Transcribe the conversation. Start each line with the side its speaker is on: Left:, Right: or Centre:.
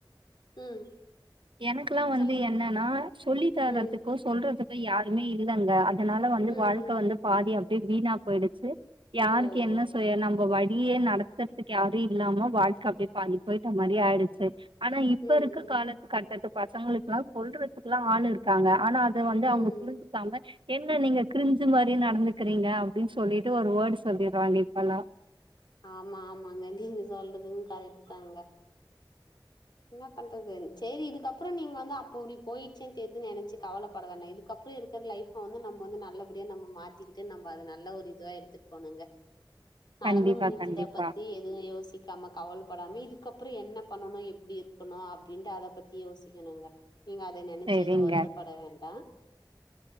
Left: ம்
Right: எனக்குல்லா வந்து
Left: சொல்லுங்க.
Right: என்னன்னா சொல்லி தரதுக்கோ
Left: ம்.
Right: சொல்றதுக்கோ யாருமே இல்லங்க அ தனால வந்து
Left: ம்.
Right: வாழ்க்க
Left: ம்
Right: வந்து பாதி அப்டே வீணா போயிடுச்சு யாருக்கு
Left: ஓ ஓ
Right: என்ன செய்ய நம்ம வழியே நடத் தற்த்துக்கு யாரு இல்லாம வாழ்க்க அப்டே பாதி போய்ட்ட மாரி ஆயிடுச்சு ஆனா இப்ப
Left: ம் ம்
Right: இருக்க காலத் கட்டத்து பசங்களுக்குலா சொல்றதுக்குல்லா ஆள் இருக்காங்க ஆனா அத வந்து அவுங்க
Left: ம்
Right: புரிஞ்சுக்காம என்ன நீங்க க்ரிஞ்சு மாரி நடந்துக்கிறீங்க அப்டின் சொல்லிட்டு ஒரு வேடு சொல்லிற்றாங்க இப்பல்லா
Left: ஆமா ஆமாங்க நீங்க சொல்றது கரெட்டுதாங்க என்ன பண்றது செரி இதுக்கப்றோ நீங்க வந்து அப்போ இப்டி போயிடுச்சுன் தெரிது நெனச்சு கவலப்பட வேணா இது க்கப்றோ இருக்கிற லைஃப் வந்து நம்ம வந்து நல்லபடியா நம்ம மாத்திக்கிட்டு நம்ப அது நல்ல ஒரு இதுவா எடுத்துட் போணுங்க நடந்து
Right: கண்டிப்பா,
Left: முடிஞ்சத
Right: கண்டிப்பா.
Left: பத்தி எதுவு யோசிக்காம கவல படாம இதுக்கப்றோ என்ன பண்ணணு எப் ப்டி இருக்கணு அப்டின்ட்டு அத பத்தி யோசிக்கணுங்க நீங்க அத நெனச்சு
Right: சரிங்க.
Left: எது வருத்தப்பட வேண்டா